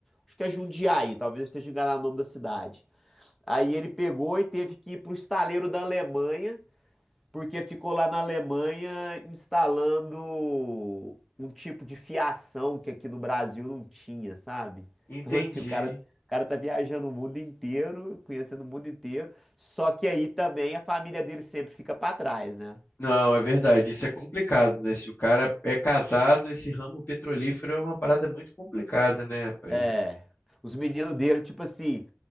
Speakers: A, in the centre; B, on the left.
A: Acho que é Jundiaí, talvez eu esteja enganado o nome da cidade. Aí ele pegou e teve que ir pro estaleiro da Alemanha, porque ficou lá na Alemanha instalando um tipo de fiação que aqui no Brasil não tinha, sabe?
B: Entendi.
A: Então assim, o cara, o cara tá viajando o mundo inteiro, conhecendo o mundo inteiro, só que aí também a família dele sempre fica pra trás, né?
B: Não, é verdade, isso é complicado, né? Se o cara é casado, esse ramo petrolífero é uma parada muito complicada, né, rapaz?
A: É. Os meninos dele, tipo assim,